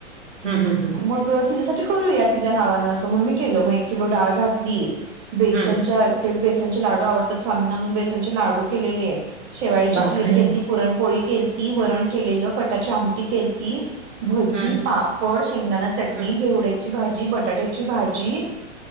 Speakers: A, on the right; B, on the right.
A: हं हं हं
B: मग तेच्यासाठी. करूया तिच्या नावानं मग एक किलो डाळ घातली बेसनच्या
A: हं.
B: बेसन. घे लाडू आवडतात स्वामीं म्हून बेसनचे लाडू केले आहे शेवाळची
A: बापरे!
B: खीर केती पुरणपोळी केलती. ती वरण केलेलं कटाची आमटी केलती. भजी,
A: हं
B: पापड, शेंगदाणा चटणी,
A: हं.
B: घेवड्याची भाजी, बटाट्याची भाजी